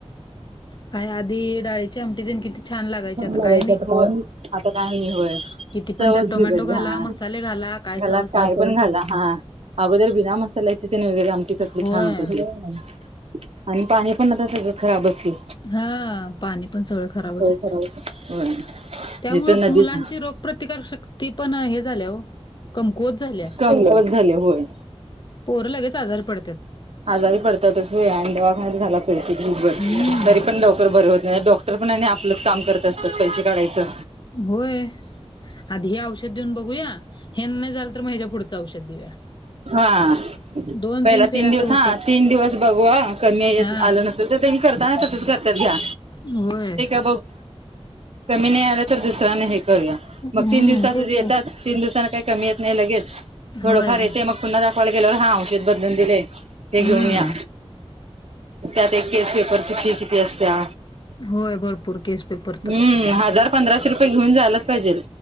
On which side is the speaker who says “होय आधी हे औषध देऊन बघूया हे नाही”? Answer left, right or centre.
Left